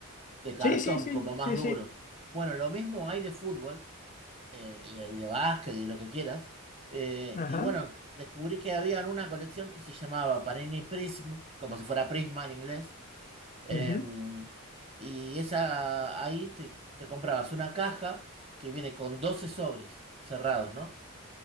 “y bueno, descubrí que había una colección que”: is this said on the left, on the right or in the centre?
Right